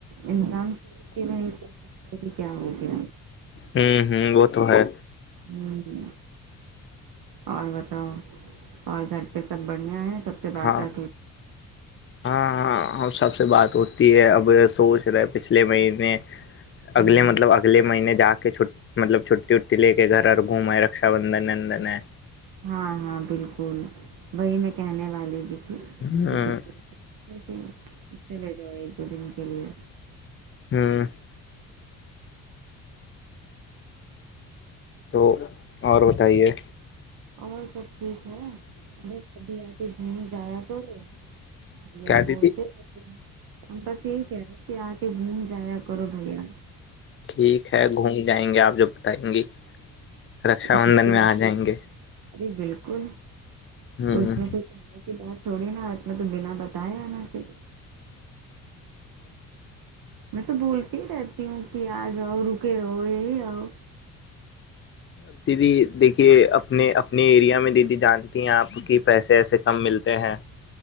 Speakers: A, on the right (about 70°); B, on the left (about 35°).
A: انسان سوچ کے بھی نہیں سوچ سکتا کہ کیا ہو گیا
B: ہوں وہ تو ہے
A: ہوں اور بتاؤ اور گھر پہ سب بڑھیا ہے سب سے بات
B: ہاں
A: ہے
B: ہاں ہاں ہم سب سے بات ہوتی ہے اب سوچ رہے پچھلے مہینے
A: ہوں،
B: اگلے مطلب اگلےہی جا کے چ مطلب چھٹٹی وٹٹی لے کے گھر آ گومے ہے رکشا بندھن وندن ہے
A: ہاں ہاں بالکل وہی میں کہنے والی بھی تھی
B: ہ
A: کہ چھٹی کر کے چلے جا ایک دو دن کے لیے
B: ہوں تو اور بتائیے
A: اور سب ٹھیک ہے میں کبھی آ کے گھوم جا رہیا تھ اور یہی
B: کیا
A: بولتے
B: دیدی
A: ہم بس یہی کہہ رہے ہیں کہ آ کے گھوم جایا کرو بھیا
B: ٹھیک ہے گھوم جائیں گے آپ جو بتائیں گی رکشا بندھن
A: پھر
B: میں آ جائیں گے
A: ارے بالکل
B: ہ
A: اس میں پھر کہنے کی بات تھوڑی نا آتی میں تو بنا پتا ہےنا سے
B: ہاں
A: میں تو بھولتی ہی رہتی ہوں کہ آ جاؤ رکے رہو یہی آؤ
B: ا دیدی دیکھیے اپنے اپنے ایریا میں دیدی جانتی ہیں آپ کہ پیسے ایسے کم ملتے ہیں